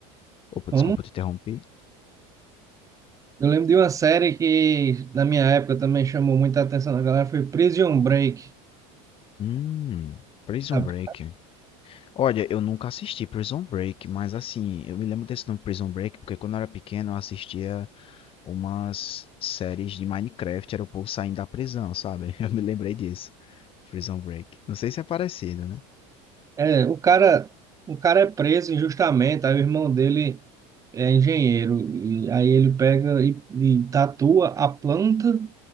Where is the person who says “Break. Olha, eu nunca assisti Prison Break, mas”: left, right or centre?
Left